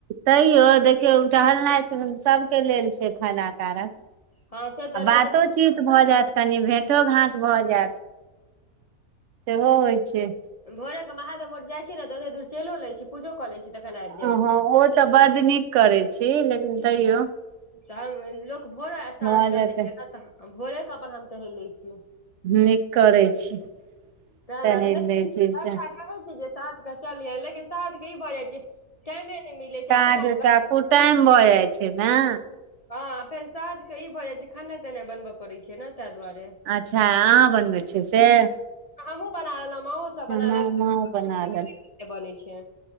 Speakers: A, on the right; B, on the left.
A: तैयो देखियौ टहलनाइ सभके लेल छै फायदा कारक
B: हँ से तऽ
A: आ बातोचीत
B: रहै छै भोरे
A: भऽ जायत कनि भेटो घाँट भऽ जायत सेहोहो होइ छै,
B: भरे के महादेव मंठ जाइ छी न तऽ एते दूर च‌इलो ल‌ए छी पूजो क ल छी, तखन आबि
A: हँ
B: जाइ
A: हँ
B: छी
A: ओ तऽ बड्ड नीक करै छी लेकिन तैयो
B: तऽ हम लोक भोरे साझ
A: भऽ
B: टहलै
A: जेतै
B: छै नऽ तऽ भोरे कऽ अपन हम टहैल ले छियै
A: निक करै छी
B: ताहि
A: टहैल
B: दुआरे नहि
A: लय छी
B: वर्षा
A: से
B: कहै छै जे साँझ कऽ चलिये लेकिन साँझ केँ ई भऽ जाइ छै टाइमे नय मिलै छै
A: काज
B: एखन
A: टाइम भऽ जाइ छै नऽ
B: हँ फेर साँझ कऽ ई भऽ जाइ छै खेनाइ तेनाइ बनबय पड़ै छै न तैय दुआरे
A: अच्छा। अहाँ बनबै छियै से
B: हमहुँ बना लेलो माँओ सब
A: हमर
B: बनेलक
A: माँ बना
B: <unintelligible> बनै छै